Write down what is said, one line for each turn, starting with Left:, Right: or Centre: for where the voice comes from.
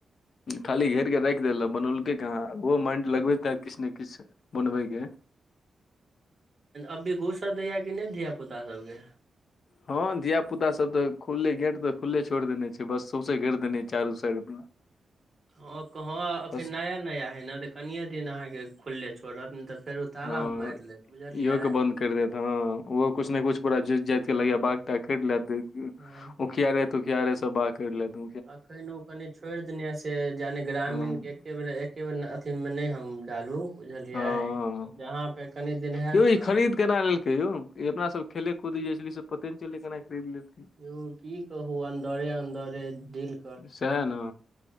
Left: खाली घेरके राखि देल बनौेलकै हँ ओहो माइंड लगबेैते किछु ने किछु बनबैके
Right: अभी घूसाव दैये कि नहि धियापुता सबके
Left: हँ धिया पुता सब तऽ खुलले गेट तऽ खुल्ले छोड़ देने छै बस सौसे घेट देने छै चारू साइड अपना
Right: हँँ अखैन
Left: बस
Right: नया नया हय ने तऽ कनिये दिन अहाँके खुलले छोड़त ने तऽ फेर ताला
Left: हँ
Right: मारि लेत बुझलियै
Left: इहो के बंन्द कर देत हँ ओहो
Right: हँ
Left: कुछ ने कुछ पूरा जस जाइत के लगैये बाग टा कटि ले दे
Right: ह <inaudible>
Left: ओखियारे तूखियारे सब बाग करि लेतै
Right: अखन ओ कनि छोड़ि देने से जानि ग्रामीण
Left: हँ
Right: के एके बेर एके बेर अथीमे नै हम डालू बुझलियै
Left: हँ
Right: जहाँपे कनी दिन हेत
Left: यौ ई
Right: ने
Left: खरीद केना लेलके यौ ई अपना सब खेले कूदी जे छले से पते नइ चलइ केना खरीद लेलकै
Right: यौ की कहू अन्दरे अन्दरे डिल
Left: सएह ने